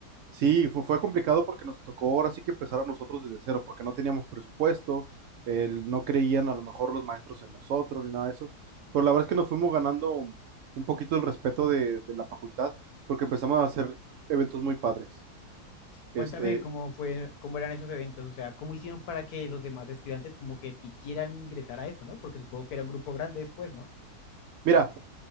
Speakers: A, on the right; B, on the left.
A: Sí, fue, fue complicado porque nos tocó ahora sí que empezar a nosotros desde cero, porque no teníamos presupuesto, el- no creían a lo mejor los maestros en nosotros ni nada de eso, pero la verdad es que nos fuimos ganando un poquito el respeto de, de la facultad porque empezamos a hacer eventos muy padres.
B: Cuéntame
A: Este,
B: cómo fue, cómo eran esos eventos, o sea, cómo hicieron para que los demás estudiantes como que quisieran ingresar a eso, ¿no? Porque supongo que era un grupo grande después, ¿no?
A: mira,